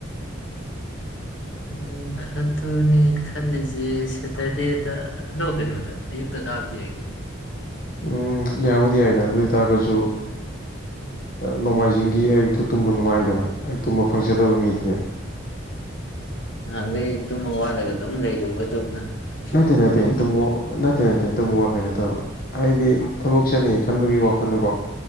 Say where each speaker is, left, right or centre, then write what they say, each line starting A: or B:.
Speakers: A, on the left; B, on the left.
A: ꯎꯝꯥꯈꯠꯇꯨꯅꯦ ꯈꯜꯂꯤꯁꯦ ꯁꯦꯇꯔꯗꯦꯗ ꯑꯗꯣ ꯀꯩꯅꯣꯗ ꯑꯌꯨꯛꯇ ꯀꯥꯕꯗꯤ ꯍꯥꯏꯒꯤꯅꯤ
B: ꯎꯝ ꯌꯥꯕꯨꯗꯤ ꯌꯥꯏꯗꯅ ꯑꯗꯨ ꯑꯣꯏꯇꯥꯔꯒꯁꯨ ꯅꯣꯡꯃꯥꯏꯖꯤꯡꯒꯤ ꯑꯌꯨꯛꯇꯨ ꯇꯨꯝꯕ ꯅꯨꯡꯉꯥꯏꯗꯅ ꯑꯩ ꯇꯨꯝꯕ ꯐꯪꯖꯗꯕ ꯃꯤꯗꯨꯅꯦ
A: ꯅꯥꯟꯈꯩ ꯇꯨꯝꯃ ꯋꯥꯠꯂꯒ ꯑꯗꯨꯝ ꯂꯩꯔꯨꯕꯗꯧꯅ
B: ꯅꯠꯇꯦ ꯅꯠꯇꯦ
A: ꯇꯨꯝꯐꯝ
B: <unintelligible>
A: ꯊꯣꯛꯄ
B: ꯅꯠꯇꯦ ꯅꯠꯇꯦ ꯇꯨꯝꯕ ꯋꯥꯐꯩ ꯅꯠꯇꯕ ꯍꯥꯏꯗꯤ ꯊꯕꯛ ꯆꯠꯅꯤ ꯈꯟꯕꯒꯤ ꯋꯥꯈꯜꯗꯣꯀꯣ